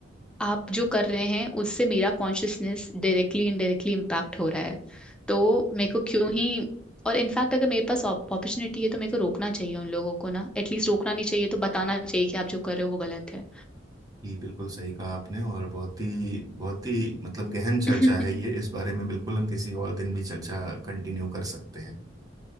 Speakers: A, in the centre; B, on the right.
A: आप जो कर रहे हैं उससे मेरा कॉन्शियसनेस डायरेक्टली इनडायरेक्टली इम्पैक्ट हो रहा है तो मेरे को क्यों ही और इनफैक्ट अगर मेरे पास अपॉर्चुनिटी है तो मेरे को रोकना चाहिए उन लोगों को ना एटलीस्ट रोकना नहीं चाहिए तो बताना चाहिए कि आप जो कर रहे हो वो गलत है
B: जी बिल्कुल सही कहा आपने और बहुत ही बहुत ही मतलब गहन चर्चा
A: <laughs>
B: है ये इस बारे में बिल्कुल हम किसी और दिन भी चर्चा कंटिन्यू कर सकते हैं